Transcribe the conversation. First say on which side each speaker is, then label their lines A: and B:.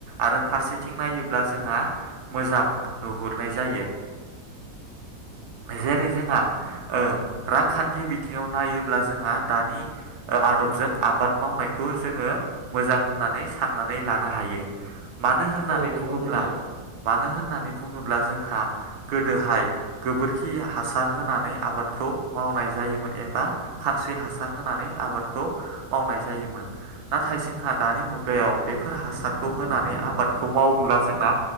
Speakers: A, on the right (about 80°); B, on the right (about 20°).
A: आरो फारसेथिं नायोब्ला जोंहा मोजां नुहुरनाय जायो।
B: औ औ
A: जेरै जोंहा ओ रांखान्थि बिथिङाव नायो ब्ला जोंहा दानि ओ आदबजों आबाद मावनायखौ जोङो मोजां होननानै साननानै लानो हायो। मानो होननानै
B: औ नंगौ
A: बुङोब्ला
B: नोंथां।
A: मानो होन नानै बुङोब्ला जोंहा गोदोहाय गोबोरखि हासार होनानै आबादखौ माव नाय जायोमोन एबा खानस्रि हासार होनानै आबादखौ मावनाय जायोमोन। नाथाय जोंहा दानि मुगायाव बेफोर हासारखौ होनानै आबादखौ मावोब्ला जोंना